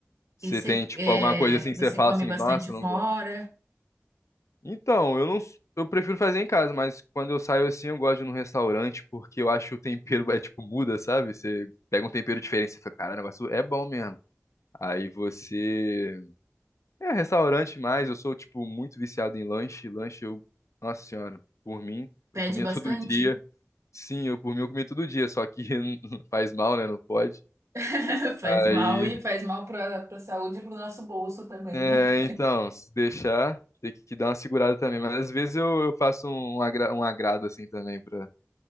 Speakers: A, on the left; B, on the right.
A: Você
B: E você,
A: tem, tipo,
B: é,
A: alguma coisa assim que
B: você
A: você fala
B: come
A: assim,
B: bastante
A: nossa, eu
B: fora,
A: não gosto. Então, eu não, eu prefiro fazer em casa, mas quando eu saio assim, eu gosto de ir num restaurante, porque eu acho que o tempero, é tipo, muda, sabe? Você pega um tempero diferente, você fica, cara, o negócio é bom mesmo. Aí você É, restaurante mais, eu sou, tipo, muito viciado em lanche. Lanche eu, nossa senhora, por mim,
B: pede
A: eu comia
B: bastante,
A: <laughs> todo dia. Sim, eu por mim eu comia todo dia, só que <laughs> faz mal, né? Não pode.
B: <laughs> faz
A: Aí,
B: mal e faz mal para para saúde e para o nosso bolso também,
A: é,
B: né?
A: então, se deixar, tem que dar uma segurada também. Mas às vezes eu, eu faço um, agra- um agrado assim também pra,